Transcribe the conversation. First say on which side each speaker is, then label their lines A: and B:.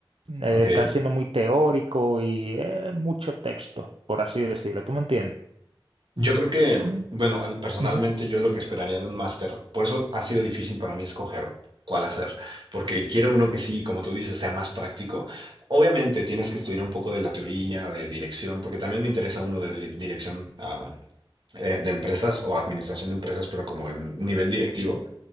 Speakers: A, on the right; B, on the right.
A: Eh,
B: Ok.
A: están siendo muy teórico y eh, mucho texto, por así decirlo. ¿Tú me entiendes?
B: Yo creo que,
A: Mm,
B: bueno, al- personalmente
A: ujú,
B: yo lo que esperaría de un máster, por eso ha sido difícil para mí escoger cuál hacer, porque quiero uno que sí, como tú dices, sea más práctico. Obviamente tienes que estudiar un poco de la teoría, de dirección, porque también me interesa uno de di- dirección ah, eh, de empresas o administración de empresas, pero como en nivel directivo.